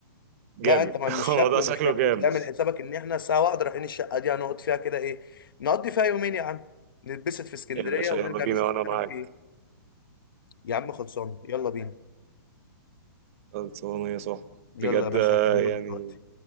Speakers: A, on the right; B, on the left.
A: جامد
B: لا انت ما-
A: <laughs>
B: مش
A: الموضوع
B: شكله
A: شكله
B: مش شكله
A: جامد
B: انت اعمل حسابك ان احنا الساعه واحدة رايحين الشقه دي هنقعد فيها كده ايه نقضي فيها يومين يا عم نتبسط في اسكندريه
A: يا باشا
B: ونرجع
A: يلا بينا
B: نشوف
A: وانا
B: الكلام
A: معاك
B: فيه ايه يا عم خلصان يلا بينا
A: خلصانة يا صاحبي
B: يلا
A: بجد
B: يا باشا
A: آه،
B: هكلمك
A: يعني
B: دلوقتي